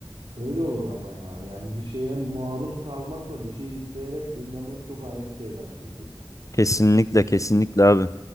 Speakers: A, on the right (about 85°); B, on the left (about 35°).
A: Öyle olur ama ya. Yani bir şeye maruz kalmakla bir şeyi isteyerek dinlemek çok ayrı şeyler çünkü.
B: Kesinlikle kesinlikle abi.